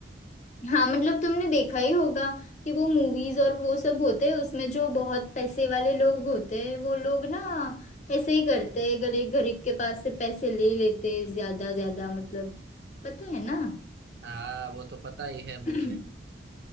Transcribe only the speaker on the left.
हाँ मतलब तुमने देखा ही होगा कि वो मूवीज और वो सब होते हैं उसमें जो बहुत पैसे वाले लोग होते हैं वो लोग ना ऐसे ही करते हैं गरीब गरीब के पास से पैसे ले लेते हैं ज्यादा ज्यादा मतलब पता है ना
<clears throat>